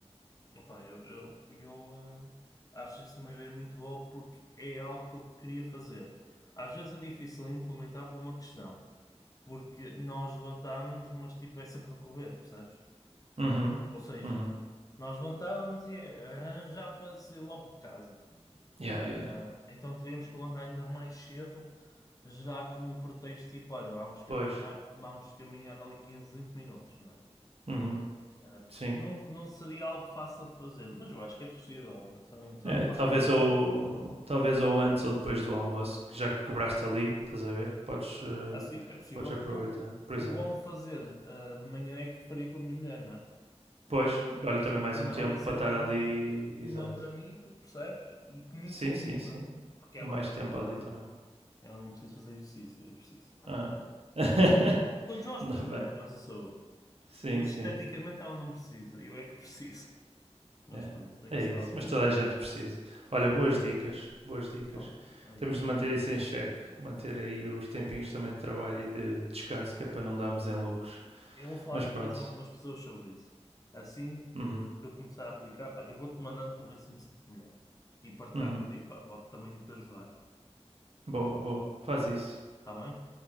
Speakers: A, on the left; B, on the right.
A: Opa, eu, eu, eu ah, acho isso uma ideia muito boa porque é algo que eu queria fazer. Às vezes é difícil implementar por uma questão, porque nós levantámos, mas tipo é sempre para correr, percebes?
B: Uhum.
A: Ou seja,
B: Uhum.
A: nós levantámos e é arranjar para sair logo de casa.
B: Yeah, yeah, yeah.
A: Ah, então teríamos que levantar ainda mais cedo, já com o pretexto tipo, olha, vamos caminhar,
B: Pois.
A: vamos caminhar ali 15 20 minutos, né?
B: Uhum.
A: Ah,
B: Sim.
A: pá, não, não seria algo fácil de fazer, mas eu acho que é possível, né? Só não, só
B: É,
A: não faz
B: talvez
A: quem não quer.
B: ou talvez ou antes ou depois do almoço, que já que quebraste ali, estás a ver? Podes, eh,
A: Assim, é possível.
B: podes aproveitar,
A: O, o,
B: por exemplo.
A: o bom de fazer ah, de manhã é que faria com a minha mulher, não é?
B: Pois, olha
A: Parecendo
B: também mais
A: que não,
B: um tempo
A: é sempre
B: para estar
A: um,
B: ali,
A: um
B: exato.
A: ombro amigo, percebes? E que me
B: Sim,
A: incentiva.
B: sim, sim.
A: Porque ela,
B: E mais
A: na
B: tempo
A: realidade,
B: ali também.
A: ela não precisa fazer exercício, eu preciso.
B: Ah. <laughs>
A: Todos nós
B: Ainda
A: precisamos
B: bem.
A: da nossa saúde,
B: Sim,
A: mas
B: sim.
A: esteticamente ela não precisa, eu é que <laughs> preciso. Mas
B: É.
A: pronto, tem
B: é
A: que ser
B: isso,
A: algo
B: mas
A: que eu
B: toda
A: vou.
B: a gente precisa. Olha, boas dicas, boas dicas.
A: Pronto, é
B: Temos
A: isso.
B: de manter isso em xeque, manter aí os tempinhos também de trabalho
A: É.
B: e de descanso, que é para não darmos em loucos.
A: Eu vou falar
B: Mas pronto.
A: com mais algumas pessoas sobre isso. Assim
B: Uhum.
A: que eu começar a aplicar, pá, eu vou-te mandando para ver se me sinto melhor. E partilhar
B: Uhum.
A: contigo, pá, pode também te ajudar.
B: Boa, boa. Faz isso.
A: Está bem?